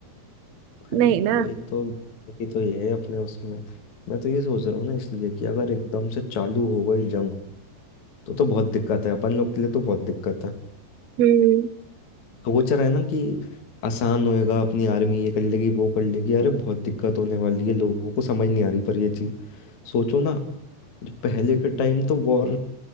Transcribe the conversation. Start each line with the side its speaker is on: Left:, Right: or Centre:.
Left: भाई
Right: नहीं ना
Left: वही तो ये तो ये है अपने उसमें मैं तो ये सोच रहा हूँ ना इसलिए कि अगर एकदम से चालू हो गई जंग तो तो बहुत दिक्कत है अपन लोग के लिए तो बहुत दिक्कत है
Right: हम्म
Left: सोच रहे हैं ना कि आसान होएगा अपनी आर्मी ये कर लेगी वो कर लेगी अरे बहुत दिक्कत होने वाली है लोगों को समझ नहीं आ रही पर ये चीज़ सोचो ना जो पहले के टाइम तो वॉर